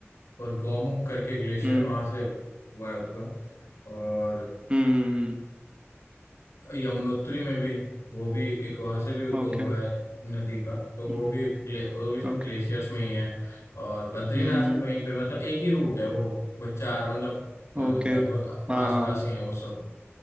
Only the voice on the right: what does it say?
Hmm
Hmm
Okay
Hmm
Okay
Hmm
Okay हाँ